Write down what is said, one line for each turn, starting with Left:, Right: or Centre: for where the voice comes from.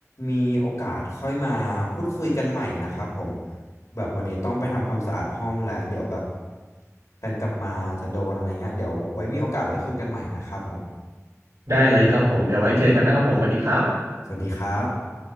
Left: มีโอกาสค่อยมาพูดคุยกันใหม่นะครับผม แบบวันนี้ต้องไปทำความสะอาดห้องแล้วเดี๋ยวแบบแฟนกลับมาอาจจะโดนอะไรเงี้ยเดี๋ยวไว้มีโอกาสไว้คุยกันใหม่นะครับผม
Right: ได้เลยครับผมเดี๋ยวไว้เจอกันนะครับผมสวัสดีครับ
Left: สวัสดีครับ